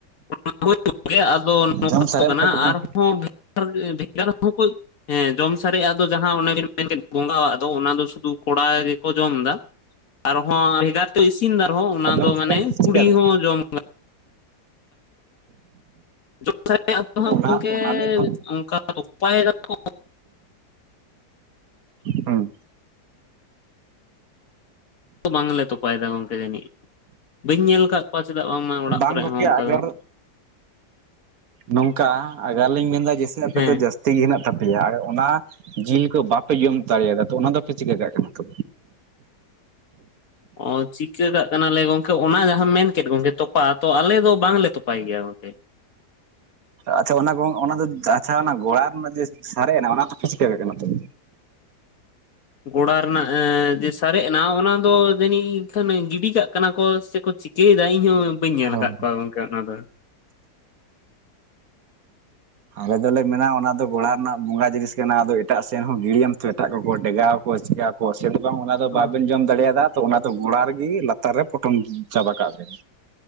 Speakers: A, on the left (about 60°); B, on the right (about 60°).
A: <unintelligible> ᱟᱫᱚ ᱱᱚᱝᱠᱟ
B: ᱡᱚᱢ ᱥᱟᱨᱮᱡ
A: ᱠᱟᱱᱟ
B: ᱫᱚ ᱦᱮᱸ
A: ᱟᱨᱦᱚᱸ ᱵᱷᱮᱜᱟᱨ ᱵᱷᱮᱜᱟᱨ ᱦᱚᱸᱠᱚ ᱦᱮᱸ ᱡᱚᱢ ᱥᱟᱨᱮᱡ ᱟᱜ ᱫᱚ ᱡᱟᱦᱟ ᱚᱱᱮ ᱵᱤᱱ ᱢᱮᱱ ᱠᱮᱫ ᱵᱚᱸᱜᱟᱣᱟᱜ ᱫᱚ ᱚᱱᱟ ᱫᱚ ᱥᱩᱫᱩ ᱠᱚᱲᱟ ᱜᱮᱠᱚ ᱡᱚᱢ ᱫᱟ। ᱟᱨ ᱦᱚᱸ ᱵᱷᱮᱜᱟᱨ ᱛᱮ ᱤᱥᱤᱱ ᱫᱟ ᱟᱨᱦᱚᱸ ᱚᱱᱟ
B: ᱡᱚᱢ
A: ᱫᱚ
B: ᱥᱟᱨᱮᱡ
A: ᱢᱟᱱᱮ
B: ᱪᱤᱠᱟᱹᱭᱫᱟ
A: ᱠᱩᱲᱤ ᱦᱚᱸ ᱡᱚᱢ ᱡᱚᱢ ᱥᱟᱨᱮᱡ ᱟᱜ ᱫᱚ ᱦᱟᱸᱜ
B: ᱚᱱᱟ
A: ᱜᱚᱝᱠᱮ
B: ᱚᱱᱟ ᱫᱚ
A: ᱚᱱᱠᱟ ᱛᱚᱯᱟᱭ ᱫᱚ ᱠᱚ
B: ᱦᱩᱸ᱾
A: ᱵᱟᱝᱞᱮ ᱛᱚᱯᱟᱭᱮᱫᱟ ᱜᱚᱝᱠᱮ ᱡᱟᱹᱱᱤᱡ, ᱵᱟᱹᱧ ᱧᱮᱞ ᱟᱠᱟᱫ ᱠᱚᱣᱟ ᱪᱮᱫᱟᱜ ᱵᱟᱝᱢᱟ ᱚᱲᱟᱜ
B: ᱵᱟᱝ
A: ᱠᱚᱨᱮ
B: ᱜᱚᱝᱠᱮ
A: ᱦᱚᱸ ᱚᱱᱠᱟ
B: ᱟᱜᱟᱨ
A: ᱫᱚᱼᱼ
B: ᱱᱚᱝᱠᱟ ᱟᱜᱟᱨ ᱞᱤᱧ ᱢᱮᱱᱫᱟ ᱡᱮᱭᱥᱮ ᱟᱯᱮ
A: ᱦᱮᱸ
B: ᱫᱚ ᱡᱟᱹᱥᱛᱤ ᱜᱮ ᱦᱮᱱᱟᱜ ᱛᱟᱯᱮᱭᱟ᱾ ᱚᱱᱟ ᱡᱤᱞ ᱠᱚ ᱵᱟᱯᱮ ᱡᱚᱢ ᱫᱟᱲᱮᱭᱟᱫᱟ ᱛᱚ ᱚᱱᱟ ᱫᱚᱯᱮ ᱪᱤᱠᱟᱹ ᱠᱟᱜ ᱠᱟᱱᱟ ᱛᱚᱼᱼ
A: ᱚ ᱪᱤᱠᱟᱹ ᱠᱟᱜ ᱠᱟᱱᱟᱞᱮ ᱜᱚᱝᱠᱮ ᱚᱱᱟ ᱡᱟᱦᱟᱸᱟᱢ ᱢᱮᱱ ᱠᱮᱫ ᱜᱚᱝᱠᱮ ᱛᱚᱯᱟᱼᱼ ᱛᱚ ᱟᱞᱮ ᱫᱚ ᱵᱟᱝᱞᱮ ᱛᱚᱯᱟᱭ ᱜᱮᱭᱟ ᱜᱚᱝᱠᱮ᱾
B: ᱟᱪᱪᱷᱟ ᱚᱱᱟ ᱠᱚ ᱚᱱᱟ ᱫᱚ ᱟᱪᱪᱷᱟ ᱚᱱᱟ ᱜᱚᱲᱟ ᱨᱮᱱᱟᱜ ᱡᱮ ᱥᱟᱨᱮᱡ ᱮᱱᱟ ᱚᱱᱟ ᱫᱚ ᱪᱤᱠᱟᱹ ᱠᱟᱜ ᱠᱟᱱᱟ ᱛᱚᱵᱮ?
A: ᱜᱚᱲᱟ ᱨᱮᱱᱟᱜ ᱡᱮ ᱥᱟᱨᱮᱡ ᱮᱱᱟ ᱚᱱᱟ ᱫᱚ ᱡᱟᱹᱱᱤᱡ ᱠᱷᱟᱱ ᱜᱤᱰᱤ ᱠᱟᱜ ᱠᱟᱱᱟ ᱠᱚ ᱥᱮᱠᱚ ᱪᱤᱠ ᱪᱤᱠᱟᱹᱭᱫᱟ ᱤᱧᱦᱚᱸ ᱵᱟᱹᱧ ᱧᱮᱞ
B: ᱦᱳᱭ
A: ᱠᱟᱜ ᱠᱚᱣᱟ ᱜᱚᱝᱠᱮ ᱚᱱᱟ ᱫᱚ?
B: ᱟᱞᱮ ᱫᱚᱞᱮ ᱢᱮᱱᱟ ᱚᱱᱟ ᱫᱚ ᱜᱚᱲᱚ ᱨᱮᱱᱟᱜ ᱵᱚᱸᱜᱟ ᱡᱤᱱᱤᱥ ᱠᱟᱱᱟ ᱟᱫᱚ ᱮᱴᱟᱜ ᱥᱮᱱ ᱦᱚᱸ ᱜᱤᱲᱤᱭᱟᱢ ᱛᱚ ᱮᱴᱟᱜ ᱠᱚᱠᱚ ᱰᱮᱜᱟᱣ ᱟᱠᱚ ᱪᱮᱠᱟᱣᱟᱠᱚ? ᱠᱚᱥ ᱫᱚ ᱵᱟᱝ ᱚᱱᱟ ᱫᱚ
A: ᱚ
B: ᱵᱟᱵᱮᱱ ᱡᱚᱢ ᱫᱟᱲᱮᱭᱟᱫᱟ ᱛᱚ ᱚᱱᱟ ᱫᱚ ᱜᱚᱲᱟ ᱨᱮᱜᱮ ᱞᱟᱛᱟᱨ ᱨᱮ ᱯᱚᱴᱚᱢ ᱪᱟᱵᱟ ᱠᱟᱜ ᱵᱮᱱ᱾